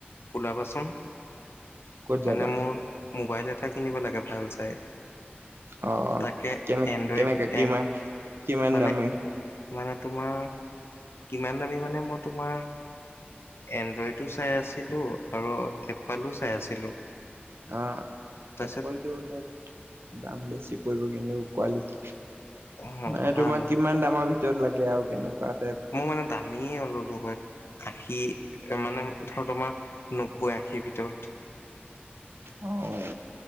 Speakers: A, on the left; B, on the right.
A: ওলাবাচোন?
B: ক'ত যাবা
A: মানে মোৰ মোবাইল এটা কিনিব লাগে ভাল চাই
B: অ
A: তাকে
B: কেনে
A: এনড্ৰইড
B: কেনেকে কিমান
A: এন
B: কিমান
A: মানে-
B: দামী
A: মানে তোমাৰ কিমান দামী মানে মই তোমাৰ এনড্ৰইডো চাই আছিলো আৰু এপ্পালো চাই আছিলো।
B: আহ
A: তাৰপিছত
B: এপলটো অলপ দাম বেছি পৰিব কিন্তু কোৱালিটি
A: অ
B: মানে
A: ভাল
B: তোমাক কিমান দামৰ ভিতৰত লাগে আৰু কেনেকুৱা? টাইপ
A: মোৰ মানে দামীয়ে ল'লো হয়। আশী মানে ধৰ তোমাৰ নব্বৈ আশীৰ ভিতৰত
B: অহ